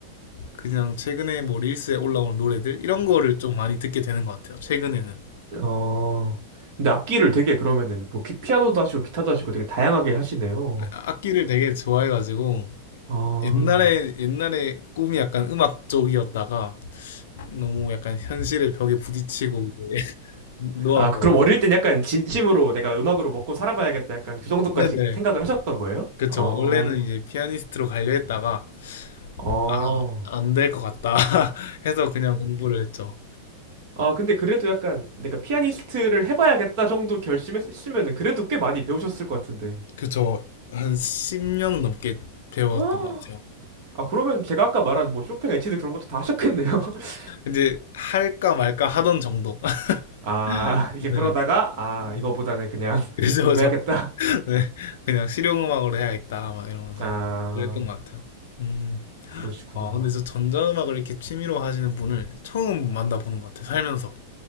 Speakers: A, on the left; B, on the right.
A: 그냥 최근에 뭐 릴스에 올라온 노래들 이런 거를 좀 많이 듣게 되는 것 같아요. 최근에는
B: 어 근데 악기를 되게 그러면은 뭐 기- 피아노도 하시고 기타도 하시고 되게 다양하게 하시네요
A: 악기를 되게 좋아해가지고
B: 아,
A: 옛날에 옛날에 꿈이 약간 음악 쪽이었다가 너무 약간 현실의 벽에 부딪히고 이제 <laughs> 놓았거든요.
B: 아 그럼 어릴 땐 약간 진심으로 내가 음악으로 먹고 살아봐야겠다 약간 그 정도까지
A: 네네
B: 생각을 하셨던 거예요?
A: 그쵸.
B: 아,
A: 원래는 이제 피아니스트로 가려 했다가
B: 어.
A: 아, 안될 것 같다 <laughs> 해서 그냥 공부를 했죠.
B: 아, 근데 그래도 약간 내가 피아니스트를 해봐야겠다 정도 결심했으면은 그래도 꽤 많이 배우셨을 것 같은데.
A: 그저 한 10년 넘게
B: <gasps>
A: 배웠던
B: 아,
A: 것 같아요.
B: 아, 그러면 제가 아까 말한 뭐 쇼팽, 에티드 그런 것도 다 하셨겠네요. <laughs>
A: 이제 할까 말까 하던 정도. <laughs>
B: 아, 이제
A: 네.
B: 그러다가, 아,
A: 네.
B: 이거보다는 그냥
A: 그래서
B: <laughs> 공부해야겠다.
A: 저 <laughs> 네. 그냥 실용음악으로 해야겠다 막 이러면서
B: 아,
A: 그랬던 것 같아요. 음.
B: 그러시구나.
A: 와, 근데 저 전자음악을 이렇게 취미로 하시는 분을 처음 만나보는 것 같아요. 살면서.